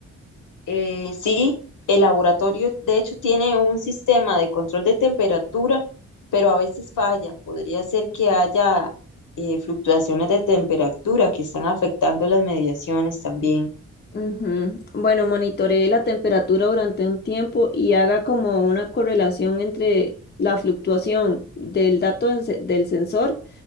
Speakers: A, on the left; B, on the left.
A: Eh, sí, el laboratorio de hecho tiene un sistema de control de temperatura, pero a veces falla. Podría ser que haya eh, fluctuaciones de temperatura que están afectando las mediaciones también.
B: Ujú. Bueno, monitoree la temperatura durante un tiempo y haga como una correlación entre la fluctuación del dato en se- del sensor